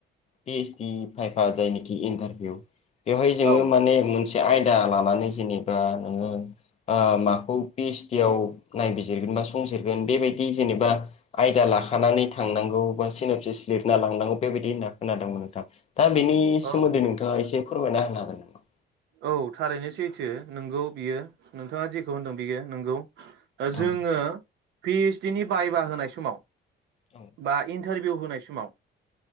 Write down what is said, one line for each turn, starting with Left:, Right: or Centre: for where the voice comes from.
Left: पि ओइस डि खायफा जायनिखि इन्टारभिउ बेवहाय जोङो
Right: औ
Left: माने मोनसे आयदा लानानै जेनेबा नोङो ओ मा माखौ पिएसडीआव नायबिजिरगोन संजिरगोन बेबायदि जेनेबा आयदा लाखानानै थांनांगौ बा सिनबसिस लिरना लांनांगौ बेबायदि होनना खोनादोंमोन नोंथां दा बेनि सोमोन्दै
Right: औ
Left: नोंथाङा एसे फोरमायना होनो हागोन नामा?
Right: औ थारैनो सैथो नोंगौ बियो नोंथाङा जेखौ होनदों बियो नोंगौ
Left: औ
Right: जोङो पिओइसडि नि बायबा होनाय समाव
Left: औ
Right: बा इन इन्टारभिउ होनाय समाव